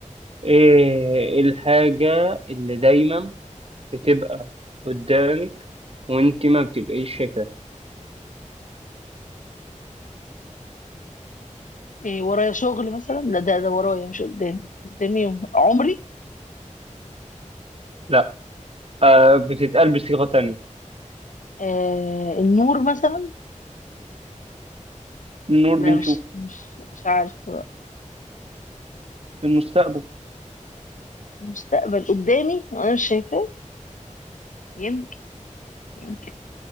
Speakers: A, on the right (about 45°); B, on the left (about 75°).
A: ايه الحاجة اللي دايما بتبقى قدامك وانت ما بتبقيش شايفاها
B: إيه ورايا شغل مثلا لا ده ده ورايا مش قدامي قدامي عمري
A: لا آه بتتقال بصيغة تانية
B: آه النور مثلا
A: النور
B: لا
A: بنشوف
B: مش مش مش عارفة بقى
A: في المستقبل
B: المستقبل قدامي وانا مش شايفاه يمكن يمكن